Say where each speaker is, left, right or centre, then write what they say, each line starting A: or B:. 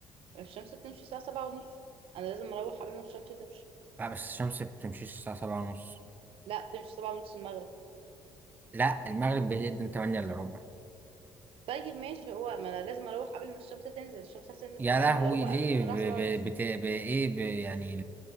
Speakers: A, on the right; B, on the right.
A: الشمس بتمشي الساعة سبعة ونص انا لازم اروح قبل ما الشمس تمشي
B: لا بس الشمس بتمشيش الساعة سبعة ونص
A: لا تمشي سبعة ونص المغرب
B: لا المغرب بيقدم من تمانية الا ربع
A: طيب ماشي هو ما انا لازم اروح قبل ما الشمس تنزل الشمس هتنزل
B: يا
A: 8
B: لهوي
A: الا ربع
B: ليه
A: انا لازم اروح 7
B: ب...
A: ونص
B: ب... بت... ب... ايه ب... يعني